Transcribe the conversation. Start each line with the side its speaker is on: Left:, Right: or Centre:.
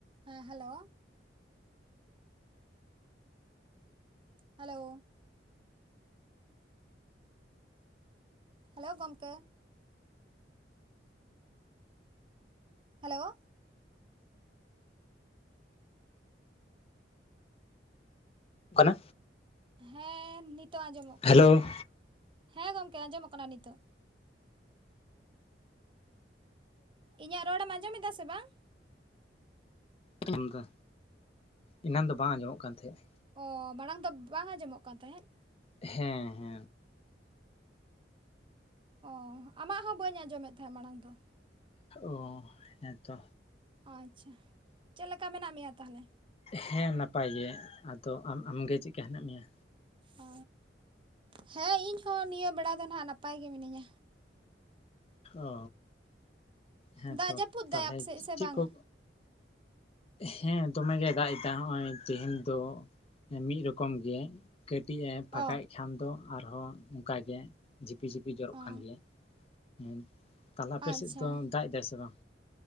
Right: ᱦᱮᱸ ᱦᱮᱞᱳ᱾ ᱦᱮᱞᱳ᱾ ᱦᱮᱞᱳ ᱜᱚᱢᱠᱮ᱾ ᱦᱮᱞᱳ᱾
Left: ᱠᱟᱱᱟ᱾
Right: ᱦᱮᱸ ᱱᱤᱛᱚᱜ ᱟᱸᱡᱚᱢᱚᱜ
Left: ᱦᱮᱞᱳ
Right: ᱠᱟᱱᱟ, ᱦᱮᱸ ᱜᱚᱝᱠᱮ ᱟᱸᱡᱚᱢᱚᱜ ᱠᱟᱱᱟ ᱱᱤᱛᱚᱜ᱾ ᱤᱧᱟᱹᱜ ᱨᱚᱲᱮᱢ ᱟᱸᱡᱚᱢ ᱮᱫᱟ ᱥᱮ ᱵᱟᱝ?
Left: ᱟᱧᱡᱚᱢ ᱫᱟ ᱮᱱᱟᱱ ᱫᱚ ᱵᱟᱝ ᱟᱸᱡᱚᱢᱚᱜ ᱠᱟᱱ ᱛᱟᱦᱮᱸᱜ᱾
Right: ᱚ ᱢᱟᱲᱟᱝ ᱫᱚ ᱵᱟᱝ ᱟᱸᱡᱚᱢᱚᱜ ᱠᱟᱱ ᱛᱟᱦᱮᱸᱜ᱾
Left: ᱦᱮᱸ ᱦᱮᱸ᱾
Right: ᱚ ᱟᱢᱟᱜ ᱦᱚᱸ ᱵᱟᱹᱧ ᱟᱸᱡᱚᱢᱮᱫ ᱛᱟᱦᱮᱸᱫ ᱢᱟᱲᱟᱝ ᱫᱚ᱾
Left: ᱚ ᱦᱮᱸᱛᱚ᱾
Right: ᱟᱪᱪᱷᱟ ᱪᱮᱫ ᱞᱮᱠᱟ ᱢᱮᱱᱟᱜ ᱢᱮᱭᱟ ᱛᱟᱦᱚᱞᱮ?
Left: ᱦᱮᱸ ᱱᱟᱯᱟᱭ ᱜᱮ ᱟᱫᱚ ᱟᱢ ᱟᱢᱜᱮ ᱪᱤᱜᱠᱟ ᱦᱮᱸᱱᱟᱜ ᱢᱮᱭᱟ?
Right: ᱚ ᱦᱮᱸ ᱤᱧᱦᱚᱸ ᱱᱤᱭᱟᱹ ᱵᱮᱲᱟ ᱫᱚ ᱱᱟᱦᱟᱸᱜ ᱱᱟᱯᱟᱭ ᱜᱮ ᱢᱤᱱᱟᱹᱧᱟ᱾
Left: ᱚ ᱦᱮᱸᱛᱚ
Right: ᱫᱟᱜ ᱡᱟᱹᱯᱩᱫ
Left: ᱛᱟᱦᱚᱞᱮ
Right: ᱫᱟᱭ ᱟᱯᱮ ᱥᱮᱫ ᱥᱮ
Left: ᱪᱤᱜ
Right: ᱵᱟᱝ
Left: ᱠᱩ ᱦᱮᱸ ᱫᱚᱢᱮ ᱜᱮ ᱫᱟᱜ ᱮᱫᱟ ᱱᱚᱸᱜ-ᱚᱭ ᱛᱤᱦᱤᱧ ᱫᱚ ᱮᱸ ᱢᱤᱫ ᱨᱚᱠᱚᱢ ᱜᱮ᱾ ᱠᱟᱹᱴᱤᱡ ᱮ ᱯᱷᱟᱸᱠᱟᱭᱮᱜ
Right: ᱚ
Left: ᱠᱷᱟᱱ ᱫᱚ ᱟᱨᱦᱚᱸ ᱚᱝᱠᱟ ᱜᱮ ᱡᱷᱤᱯᱤ ᱡᱷᱤᱯᱤ ᱡᱚᱨᱚᱜ
Right: ᱚ
Left: ᱠᱟᱱ ᱜᱮᱭᱟ᱾ ᱦᱮᱸ ᱛᱟᱦᱚᱞᱮ ᱟᱯᱮ
Right: ᱟᱪᱪᱷᱟ
Left: ᱥᱮᱫ ᱫᱚ ᱫᱟᱜ ᱮᱫᱟᱭ ᱥᱮ ᱵᱟᱝ?